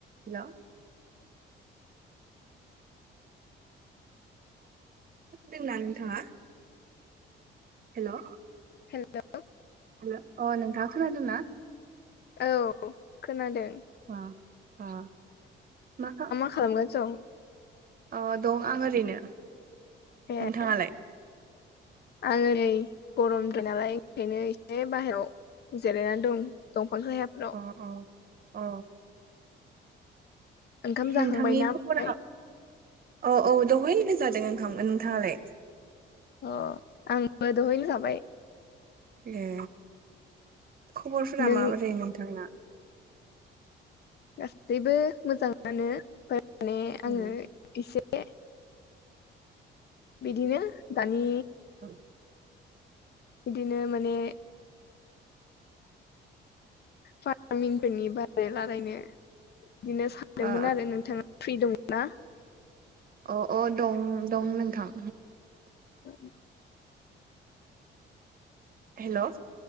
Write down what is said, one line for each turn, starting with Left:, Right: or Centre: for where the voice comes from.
Right: Hello दोंना नोंथाङा? Hello
Left: hello
Right: hello अ नोंथाङा खोनादों ना?
Left: औ खोनादों।
Right: अ अ मा खा
Left: खालामगासिन दं।
Right: अ दं आं ओरैनो।
Left: दं ए
Right: नोंथाङालाय?
Left: आङो नै गरमदों नालाय ओंखायनो एसे बाहेरायाव जिरायनानै दं दंफां सायाफोराव
Right: अ अ अ
Left: ओंखाम
Right: नोंथांनि
Left: जाखांबायना
Right: खबरहा,
Left: ओमफ्राय
Right: अ औ दहायनो जादों ओंखाम, नोंथाङालाय?
Left: अ आंबो दहैनो जाबाय।
Right: ए खबरफोरा
Left: नों
Right: माबोरै नोंथांना?
Left: गासैबो मोजाङानो। ओमफ्राय माने
Right: औ
Left: आङो एसे बिदिनो दानि
Right: औ
Left: बिदिनो माने फार्मिंफोरनि बारै रायलायनो बिदिनो सानदोंमोन
Right: अ
Left: आरो नोंथाङा फ्रि दं ना?
Right: अ अ दं दं नोंथां
Left: औ
Right: हेलौ